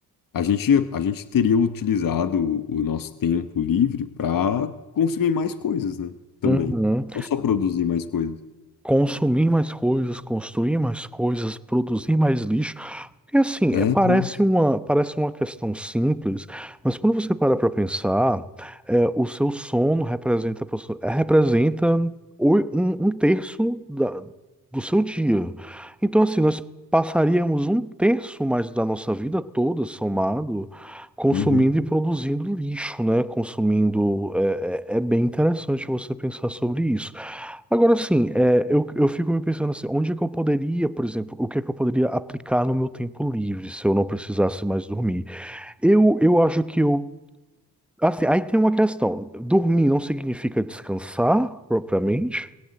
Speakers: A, on the left; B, in the centre.
A: a gente, a gente teria utilizado o o nosso tempo livre para consumir mais coisas, né? Também.
B: Uhum.
A: Não só produzir mais coisas.
B: consumir mais coisas, construir mais coisas, produzir mais lixo. Porque assim,
A: É,
B: é- parece
A: exato.
B: uma, parece uma questão simples, mas quando você para para pensar, é, o seu sono representa, aproxi- é, representa oi- um, um terço da- do seu dia. Então, assim, nós passaríamos um terço mais da nossa vida toda somado, consumindo
A: Uhum.
B: e produzindo lixo, né? Consumindo. é é- é bem interessante você pensar sobre isso. Agora sim, é, eu, eu fico me pensando assim, onde é que eu poderia, por exemplo, o que é que eu poderia aplicar no meu tempo livre se eu não precisasse mais dormir? Eu, eu acho que eu. Assim, aí tem uma questão. Dormir não significa descansar propriamente?